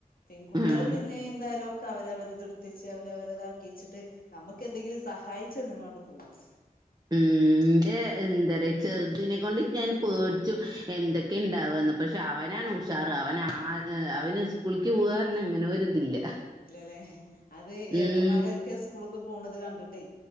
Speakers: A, on the left (about 75°); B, on the right (about 25°).
A: പെൺകുട്ടികള്
B: ആഹ്
A: പിന്നെ എന്തായാലും ഒക്കെ അവരവരത് എടുത്തിച്ച് അവരവരതാക്കി വെച്ചിട്ട്. നമുക്ക് എന്തെങ്കിലും സഹായിച്ചന്നാണ്ട് പോക്കും.
B: ഉംന്റെ എന്താ പറയാ ചെറുതിനിനെ കൊണ്ട് ഞാൻ പേടിച്ചു എന്തൊക്കെ ഉണ്ടാവാന്ന്. പക്ഷെ അവനാണ് ഉഷാറ് അവൻ ആ അവന് സ്കൂളക്ക് പോവാാന്നെ അങ്ങനെ ഒരിതില്ല.
A: ഇല്ലല്ലേ അത്
B: ഉം
A: ഏട്ടന്മാരൊക്കെ സ്കൂളക്ക് പോണത് കണ്ടിട്ടേ.